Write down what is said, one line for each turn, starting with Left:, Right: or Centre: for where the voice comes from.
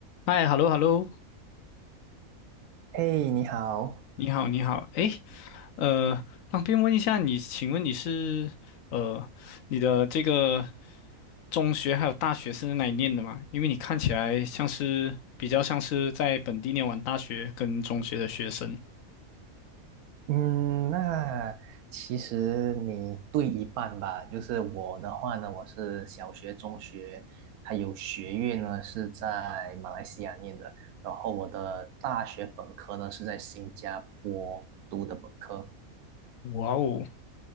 Left: 嗨，hello hello，
Right: 嘿，你好，
Left: 你好你好，诶，呃，方便问一下你，请问你是呃你的这个中学还有大学是在哪里念的吗？因为你看起来像是比较像是在本地念完大学跟中学的学生。
Right: 嗯，那其实你对一半吧。就是我的话呢，我是小学、中学，还有学院呢是在马来西亚念的，然后我的大学本科呢是在新加坡读的本科。
Left: 哇哦，